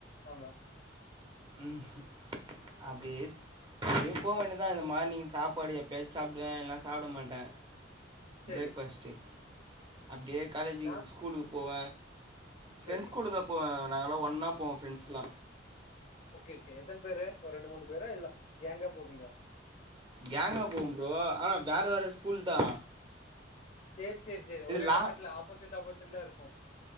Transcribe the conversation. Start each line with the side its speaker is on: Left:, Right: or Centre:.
Left: ஆமா
Right: ம் அப்டியே எப்போ வேண்டிதா இந்த மார்னிங் சாப்பாடு எப்பயாச்சு சாப்டுவ இல்னா சாப்பட மாட்ட
Left: சரி
Right: பிரேக் ஃபாஸ்ட்டு அப்டியே காலேஜுக்கு
Left: நான்
Right: ஸ்கூலுக்கு போவ ஃப்ரெண்ட்ஸ்
Left: சரி
Right: கூடதா போவ நாங்க எல்லா ஒன்னா போவோ ஃப்ரெண்ட்ஸ்லா
Left: ஓகே ஓகே எத்தன பேரு ஒரு ரெண்டு மூணு பேரா இல்ல கேங்கா போவிங்ளா
Right: கேங்கா போவ ப்ரோ ஆனா வேற வேற ஸ்கூல்தா
Left: சேர் சேர் சேர் ஒரே
Right: லா
Left: பக்கத்துல ஆப்போசிட் ஆப்போசிட்லா இருக்கு